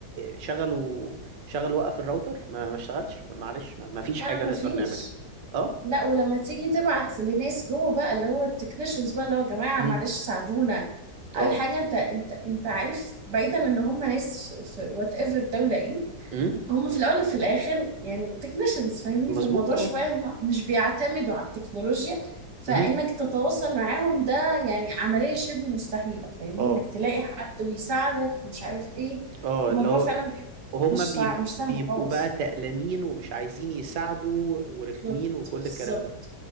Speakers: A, on the right; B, on the right.
A: شغلوا شغل وقف الراوتر ما ما اشتغلش معلش ما ما فيش
B: لا
A: حاجة
B: ما
A: نقدر
B: فيش
A: نعملها اه
B: لا ولما تيجي تبعت لناس جوه بقى اللي هو التكنيشنز بقى اللي هو يا جماعة
A: امم
B: معلش ساعدونا
A: اه
B: أول حاجة أنت أنت أنت عارف بعيدا إن هم ناس في وات ايفر دولة إيه
A: امم
B: هم في الاول وفي الاخر يعني تكنيشنز فاهمني
A: مظبوط
B: في الموضوع
A: اه
B: شويه هم مش بيعتمدوا على التكنولوجيا فانك
A: امم
B: تتواصل معاهم ده يعني عمليه شبه مستحيله فاهمني
A: اه
B: انك تلاقي حد ويساعدك ومش عارف ايه
A: اه
B: الموضوع
A: اللي هو
B: فعلا بيبقى
A: هم
B: مش
A: بيب-
B: صع... مش
A: بيبقوا
B: سهل خالص
A: بقى تقلانين ومش عايزين يساعدوا ورخمين
B: بالظبط
A: وكل
B: بالظبط
A: الكلام ده